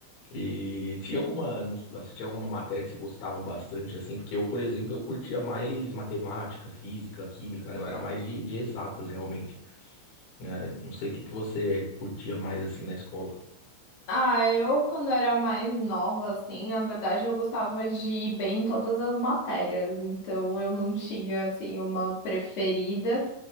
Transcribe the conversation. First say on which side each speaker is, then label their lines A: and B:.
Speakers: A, on the left; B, on the left.
A: E tinha alguma, não- s- ah, você tinha alguma matéria que você gostava bastante assim? Porque eu, por exemplo, eu curtia mais matemática, física, química, né? Eu era mais de de exatas realmente né? Não sei o que que você curtia mais assim na escola.
B: Ah, eu quando era mais nova, assim, na verdade eu gostava de ir bem em todas as matérias, então eu não tinha, assim, uma preferida.